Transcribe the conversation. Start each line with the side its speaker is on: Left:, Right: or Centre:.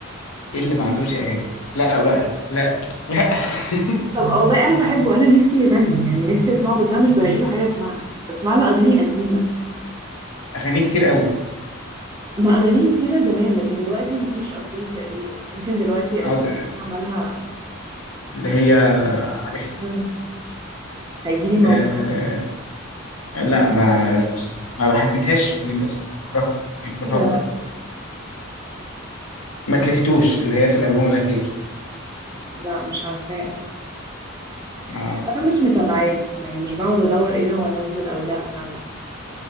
Left: ايه اللي ما عندوش اغاني لا بقى لا لا <laughs>
Right: طب والله انا بحبه انا نفسي يغني يعني نفسي اسمعه بس انا مش بلاقي له حاجة اسمعها يعني بسمع له اغاني قديمة
Left: اغاني كتير قوي
Right: ما أغانيه كتيرة زمان لكن دلوقتي مفيش أبديت تقريبا يمكن دلوقتي
Left: اقعد
Right: آخر أغنية عملها
Left: اللي هي عارفها
Right: عمل هيجيلي موجوع
Left: أه لا ما لا مش دي. ما بحبتهاش الاغنيه دي اصلا بكرهها يعني بكرهها
Right: ايه ده
Left: بجد
Right: بقى
Left: ما كرهتوش اللي هي في الالبوم الاخير
Right: لا مش عارفاه أصلا
Left: ما
Right: بس أنا مش متابعاه يعني مش بقعد أدور ايه ده هو نزل أو لأ ف